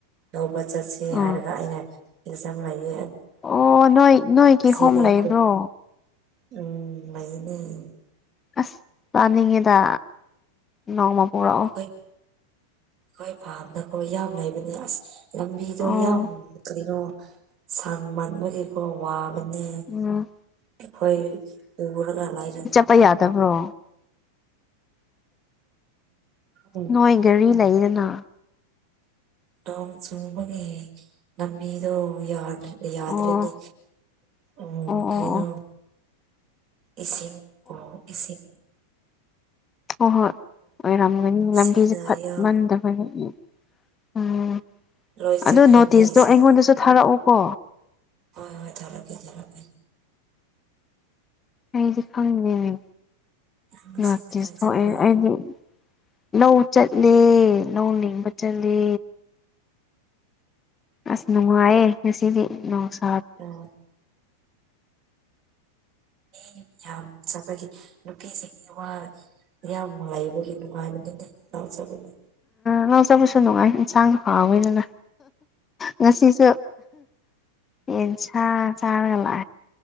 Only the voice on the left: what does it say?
ꯑꯣ
ꯑꯣ ꯅꯣꯏ ꯅꯣꯏ ꯀꯤꯍꯣꯝ
ꯂꯩꯕ꯭ꯔꯣ
ꯑꯁ ꯄꯥꯅꯤꯡꯉꯤꯗ ꯅꯣꯡꯃ ꯄꯨꯔꯛꯑꯣ
ꯑꯣ
ꯎꯝ
ꯆꯞꯄ ꯌꯥꯗꯕ꯭ꯔꯣ
ꯅꯣꯏ ꯘꯔꯤ ꯂꯩꯗꯅ
ꯑꯣ
ꯑꯣ
ꯑꯣ ꯑꯣ
ꯍꯣꯏ ꯍꯣꯏ ꯑꯣꯏꯔꯝꯒꯅꯤ ꯂꯝꯕꯤꯁꯦ
ꯐꯠ
ꯃꯟꯗꯕꯒꯤ ꯎꯝ
ꯑꯗꯨ ꯅꯣꯇꯤꯁꯇꯣ
ꯑꯩꯉꯣꯟꯗꯁꯨ ꯊꯥꯔꯛꯎꯀꯣ
ꯑꯩꯗꯤ ꯈꯪꯗꯦꯅꯦ
ꯅꯣꯇꯤꯁ
ꯊꯣꯛꯑꯦ
ꯑꯩꯗꯤ ꯂꯧ ꯆꯠꯂꯦ ꯂꯧ ꯂꯤꯡꯕ ꯆꯠꯂꯦ ꯑꯁ ꯅꯨꯡꯉꯥꯏꯌꯦ ꯉꯁꯤꯗꯤ ꯅꯣꯡꯁꯨ
ꯉꯥꯎꯖꯕꯁꯨ ꯅꯨꯡꯉꯥꯏ ꯌꯦꯟꯁꯥꯡ ꯍꯥꯎꯋꯤꯗꯅ ꯉꯁꯤꯁꯨ ꯌꯦꯁ ꯆꯥꯔꯒꯂ